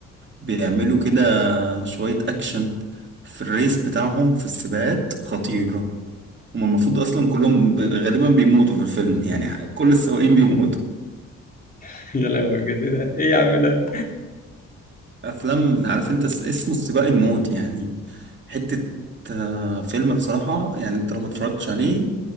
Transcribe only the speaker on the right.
وبيعملوا كده شوية اكشن في الريس بتاعهم في السباقات خطيرة هما المفروض اصلا كلهم ب- غالبا بيموتوا في الفيلم يعني كل السواقين بيموتوا
افلام عارف انت اس- اسمه السباق الموت يعني حتة آه، فيلم بصراحة يعني انت لو ما اتفرجتش عليه